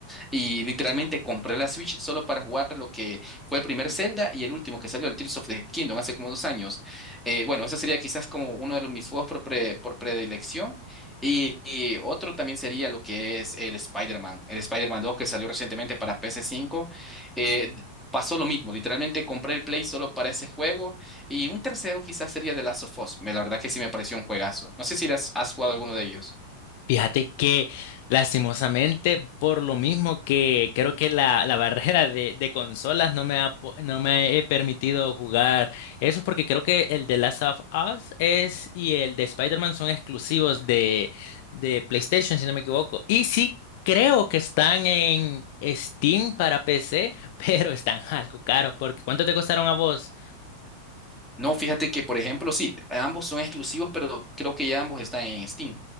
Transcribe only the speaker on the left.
Fíjate que lastimosamente, por lo mismo que creo que la, la barrera de, de consolas no me ha, po- no me he permitido jugar eso, es porque creo que el de Last of Us es y el de Spider-Man son exclusivos de, de PlayStation, si no me equivoco. Y sí, creo que están en Steam para PC, <laughs> pero están algo caros, porque ¿cuánto te costaron a vos?